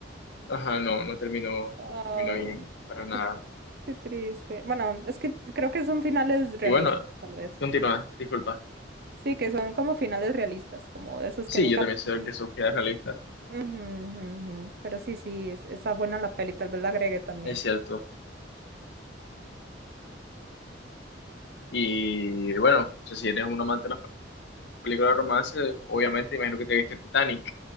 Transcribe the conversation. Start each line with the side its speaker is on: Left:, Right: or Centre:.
Left: Ajá, no, no terminó,
Right: Ah,
Left: no terminó bien, para nada.
Right: qué, qué triste. Bueno, es que creo que son finales realistas,
Left: Y bueno,
Right: tal vez.
Left: continúa, disculpa.
Right: Sí, que son como finales realistas, como esos
Left: Sí,
Right: que nunca...
Left: yo también sé
Right: Ujú,
Left: que Sofía es realista,
Right: ujú, ujú. Pero sí, sí, es, está buena la peli, tal vez la agregue también.
Left: es cierto. Y bueno, o sea, si eres un amante de las películas de romance, obviamente imagino que te viste Titanic.